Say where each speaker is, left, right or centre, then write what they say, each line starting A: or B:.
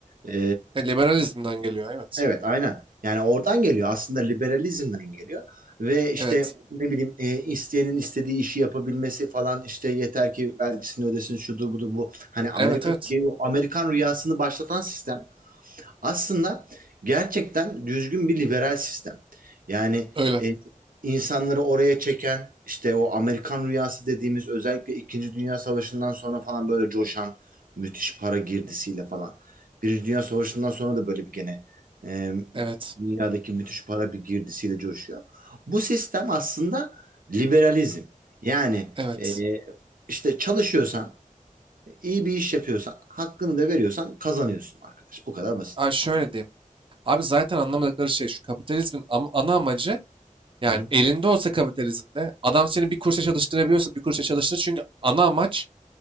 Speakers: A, on the right; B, on the right.
A: e,
B: E, liberalizmden geliyor. Evet.
A: evet aynen yani oradan geliyor aslında liberalizmden geliyor ve işte
B: Evet.
A: ne bileyim e, isteyenin istediği işi yapabilmesi falan işte yeter ki vergisini ödesin şudur budur bu hani Amerika'daki
B: Evet evet.
A: o Amerikan rüyasını başlatan sistem aslında gerçekten düzgün bir liberal sistem. Yani
B: Öyle.
A: e, insanları oraya çeken işte o Amerikan rüyası dediğimiz özellikle İkinci Dünya Savaşı'ndan sonra falan böyle coşan müthiş para girdisiyle falan. Birinci Dünya Savaşı'ndan sonra da böyle bir gene e,
B: Evet.
A: dünyadaki müthiş para bir girdisiyle coşuyor. Bu sistem aslında liberalizm. Yani
B: Evet.
A: e, işte çalışıyorsan, iyi bir iş yapıyorsan, hakkını da veriyorsan kazanıyorsun arkadaş. Bu kadar basit.
B: abi şöyle diyeyim. Abi zaten anlamadıkları şey şu. Kapitalizmin am- ana amacı yani
A: Hı.
B: elinde olsa kapitalizmde adam seni bir kuruşa çalıştırabiliyorsa bir kuruşa çalıştır. Çünkü ana amaç